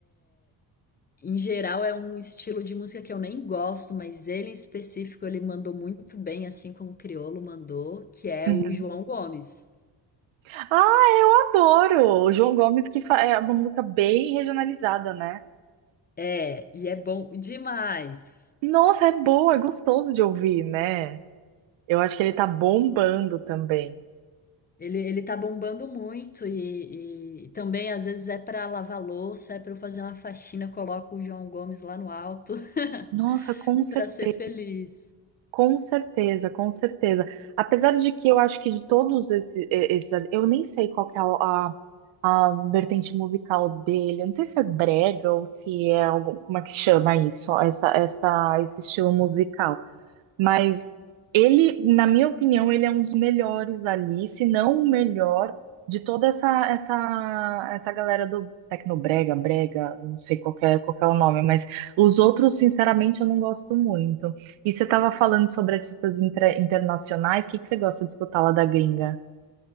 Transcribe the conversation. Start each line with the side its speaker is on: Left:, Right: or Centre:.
Left: Em geral, é um estilo de música que eu nem gosto, mas ele em específico ele mandou muito bem, assim como o Criolo mandou, que é
Right: Uhum.
Left: o João Gomes.
Right: Ah, eu adoro! O João Gomes, que fa- é uma música bem regionalizada, né?
Left: É, e é bom demais.
Right: Nossa, é boa, é gostoso de ouvir, né? Eu acho que ele tá bombando também.
Left: Ele, ele tá bombando muito e, e também às vezes é pra lavar louça, é pra eu fazer uma faxina, eu coloco o João Gomes lá no alto <laughs>
Right: Nossa, com certeza,
Left: pra ser feliz.
Right: com certeza, com certeza. Apesar de que eu acho que de todos esses, esses eu nem sei qual que é a, a, a vertente musical dele. Eu não sei se é brega ou se é algum, como é que chama isso, ó, essa, essa, esse estilo musical. Mas ele, na minha opinião, ele é um dos melhores ali, se não o melhor de toda essa essa essa galera do Tecnobrega, Brega, não sei qual que é, qual que é o nome, mas os outros, sinceramente, eu não gosto muito. E você estava falando sobre artistas intra- internacionais, o que que você gosta de escutar lá da gringa?